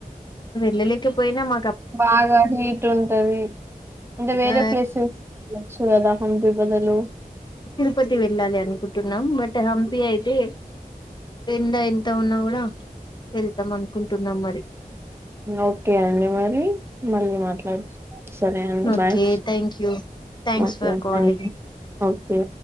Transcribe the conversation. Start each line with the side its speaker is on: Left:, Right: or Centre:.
Left: నువ్వు వెళ లేక పోయినా మ
Right: బాగా హీట్ ఉంటది అంటే వేరే
Left: ఆ
Right: ప్లేసెస్ వెళ్చ్చు కదా హంపి బదులు
Left: తిరుపతి వెళ్ళాలి అనుకుంటున్నాం బట్ హంపీ అయితే, ఎండ ఎంత ఉన్నా కూడా వెళ్తాం అనుకుంటున్నాం మరి
Right: ఓకే అండి మరి మళ్ళీ మాట్లాడు సరే అండి
Left: okay
Right: bye
Left: thank you thanks
Right: okay
Left: for calling,
Right: thank you okay